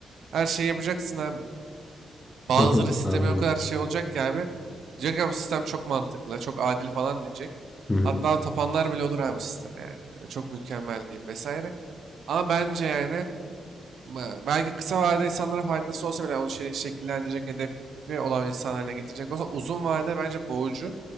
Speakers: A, on the right; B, on the left.
A: her şeyi yapacaksın abi. Bazıları
B: <laughs>
A: sistemi
B: Anladım.
A: o kadar şey olacak ki abi. Diyecek ya bu sistem çok mantıklı, çok adil falan diyecek.
B: Hı hı.
A: Hatta tapanlar bile olur abi bu sisteme yani. Yani Çok mükemmel deyip vesaire. Ama bence yani ma- belki kısa vadede insanlara faydası olsa bile yani onu şe- şekillendirecek, hedefi olan insan haline getirecek olsa uzun vadede bence boğucu.